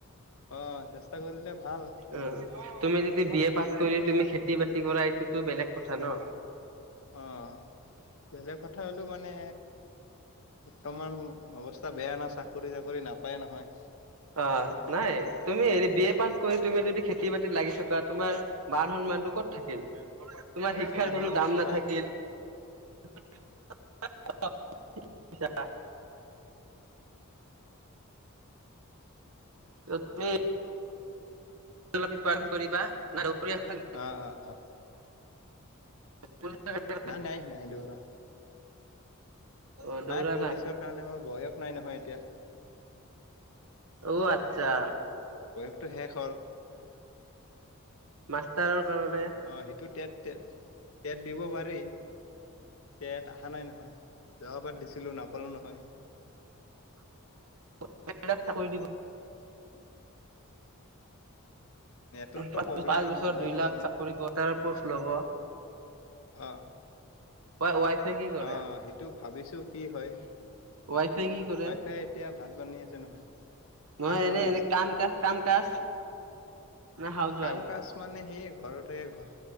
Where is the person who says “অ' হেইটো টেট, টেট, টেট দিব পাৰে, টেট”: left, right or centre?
Left